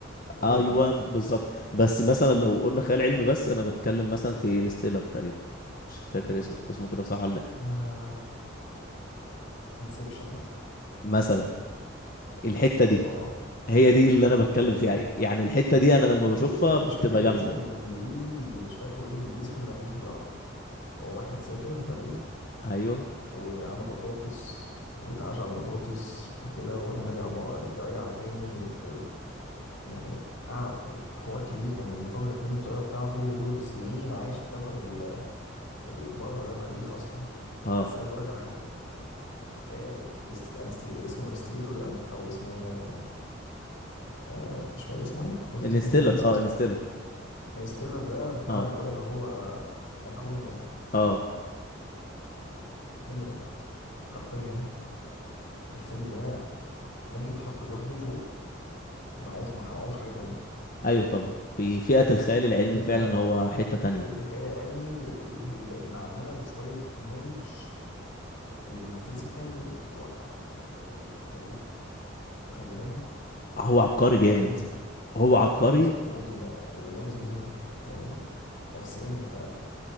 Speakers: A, on the left; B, on the left.
A: كل
B: ايوه
A: مارفل
B: بالظبط بس مثلا لو قلنا خيال علمي بس انا بتكلم مثلا في انستيلر تقريبا مش فاكر اسمه اسمه كده صح ولا لا
A: يا انسبشن مثلا
B: مثلا الحتة دي
A: اه
B: هي دي اللي انا بتكلم
A: جامد
B: فيها يعني الحتة دي انا لما
A: في
B: بشوفها
A: فيلم
B: بتبقى
A: مش فاكر
B: جامدة
A: اسمه بالانجليزي مش فاكره ايه بالانجليزي اسمه المريخي بالعربي هو واحد سافر المريخ
B: ايوه
A: وعمل بطاطس واتعاش على البطاطس وكده وبعدين رجع م... رجع تاني آه، يعني قعد حوار كبير كان انفجرت منه الطياره بتاعته وفضل سنين عايش في كوكب ال- البره ده مريخ اصلا
B: اه
A: بس عايز اقول لك على حاجه آه، است... أنست- اسمه الستريتور ده او اسمه آه، مش فاكر اسمه ايه أنت قلت
B: انستيلر
A: اسمه ايه انا ناسي
B: اه
A: اسمه
B: انستيلر
A: آه، ستيلر ده بتاع
B: اه
A: الولد اللي هو ماكوني ده
B: اه
A: الفيلم ده حرفيا الفيلم ده ممكن يتحط لوحده فوق معهوش مع- معهوش حاجه تانية
B: ايوه طبعا في فئة الخيال العلمي
A: الفيلم
B: فعلا
A: ده
B: هو حتة تانية
A: فئة الخيال العلمي بيد- معمولة بشوية نوليدج بالفيزيكال يعني انت ايه وخلي بالك
B: هو عبقري
A: هو
B: جامد
A: مؤذي
B: هو عبقري
A: ومؤذي مؤذي لا- ومؤذي جامد يعني نفسيا انت